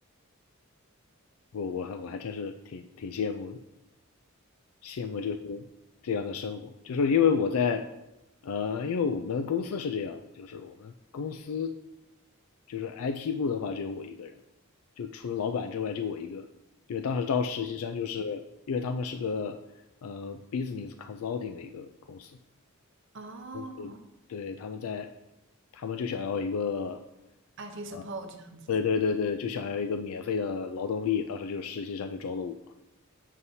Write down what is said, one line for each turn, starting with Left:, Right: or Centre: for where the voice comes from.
Left: 我我还我还真是挺挺羡慕的。羡慕就是这样的生活，就是因为我在，呃，因为我们公司是这样的，就是我们公司就是 IT 部的话只有我一个人，就除了老板之外就我一个，因为当时招实习生，就是因为他们是个呃 business consulting 的一个公司，
Right: 哦
Left: 对，对，他们在，他们就想要一个，
Right: IT support
Left: 呃
Right: 这样子，
Left: 对对对对，就想要一个免费的劳动力，当时就实习生就招了我。